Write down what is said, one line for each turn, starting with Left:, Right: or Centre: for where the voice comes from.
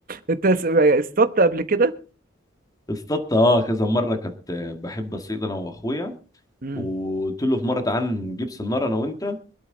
Right: انت س- اصطدت قبل كده
Left: <laughs> اصطدت اه كذا مره كنت بحب اصيد انا واخويا
Right: مم.
Left: وقلت له في مره تعال نجيب سناره انا وانت